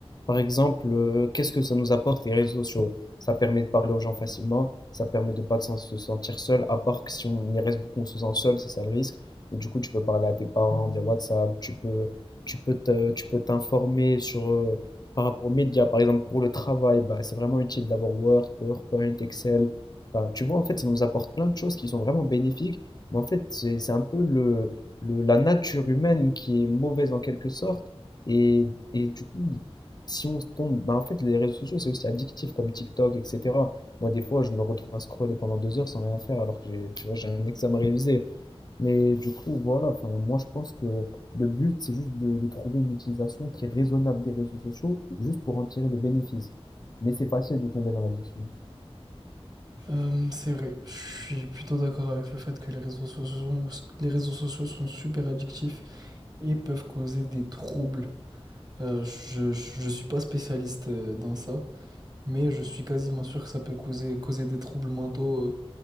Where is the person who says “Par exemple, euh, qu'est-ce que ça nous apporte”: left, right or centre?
Left